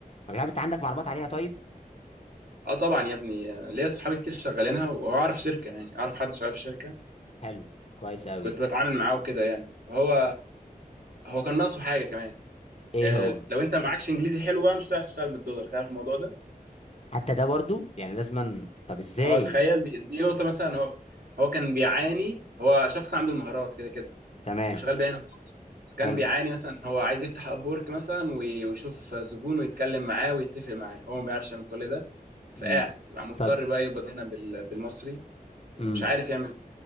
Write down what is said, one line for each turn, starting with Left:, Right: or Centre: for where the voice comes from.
Left: أنا مش عارف انت عندك معلومات عليها طيب
Right: اه طبعا يا ابني آه، ليا صحابي كتير شغالينها واعرف شركه يعني اعرف حد شغال في شركه
Left: حلو كويس قوي
Right: كنت بتعامل معاه وكده يعني هو هو كان ناقصه حاجه كمان
Left: ايه
Right: آه،
Left: هو
Right: لو انت معكش انجليزي حلو بقى مش هتعرف تشتغل بالدولار تعرف الموضوع ده
Left: حتى ده برضو يعني لازما طب ازاي
Right: اه تخيل دي, دي نقطه مثلا هو هو كان بيعاني هو شخص عنده المهارات كده كده
Left: تمام
Right: وشغال بيها هنا في مصر بس كان
Left: حلو
Right: بيعاني مثلا هو عايز يفتح اب ورك مثلا وي- ويشوف زبون ويتكلم معاه ويتفق معاه هو ما بيعرفش يعمل كل ده فقاعد
Left: امم
Right: بقى مضطر
Left: طب
Right: بقى يقبض هنا بال- بالمصري ومش
Left: امم
Right: عارف يعمل